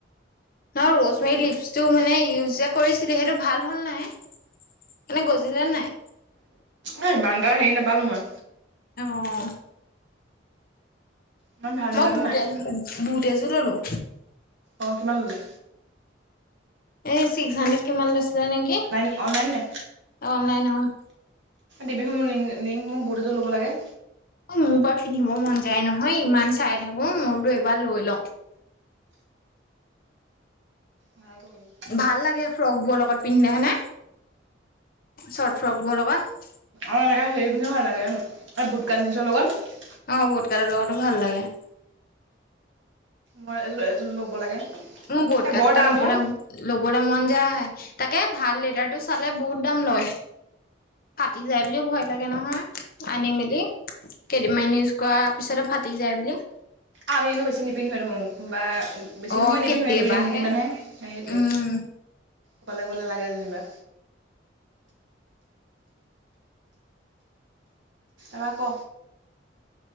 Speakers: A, on the left; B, on the right.
A: ন ৰজমেৰী লিপচটো মানে ইউজ কৰিছিলো সেইটো ভাল হল নাই এনে গজিলে নাই?
B: অ ইমান তা হেৰি নাপালো মই
A: অহ
B: ইমান ভাল
A: মই
B: ৰিজাল্ট
A: বুতে
B: নাই
A: বুত এযোৰ ললোঁ।
B: অ কিমান ললে?
A: এই ছিক্স হানড্ৰেড কিমান লৈছিলে নেকি
B: অনলাইন অনলাইন নে
A: অনলাইনত
B: দিবিচোন মোৰ লিংক লিংক মোৰ বুথ এযোৰ ল'ব লাগে।
A: মোৰ পৰা পিন্ধিব মন যায় নহয় ইমান চাই থাকো মোৰতো এইবাৰ লৈ লওঁ।
B: ভাল কৰিবি
A: ভাল লাগে ফ্ৰক বোৰ লগত পিন্ধিলে হৈনে। চৰ্ট ফ্ৰক বোৰ লগত
B: অ এনেকা হেৰি পিন্ধীও ভাল লাগে এ বুট কা জিনছৰ লগত
A: অ বুটকাৰ লগতো ভাল লাগে।
B: মই এ এজন ল'ব লাগে।
A: মোৰ বট
B: এই
A: কাত
B: বৰ
A: দুটা
B: দাম
A: ল'বলে
B: অ'
A: ল'বলে মন যায়। তাকে ভাল লেটাৰটো চালে বহুত দাম লয়। কাটি যায় বুলিও ভয় লাগে নহয় আনি মেলি। কেইদিনমানি
B: সেইটোৱে
A: ইউজ কৰাৰ পিছত ফাটি যায় বুলি
B: আমি এনো বেছি নিপিন্ধুৱে ধেখুন কোনোবা বেছি
A: অ
B: সময় নিপিন্ধুৱে
A: কেতিয়াবাহে
B: দুই তিনদিন মানহে- সেইটোৱেই
A: উম
B: অকলে গলে লাগে যেনিবা। এবাৰ ক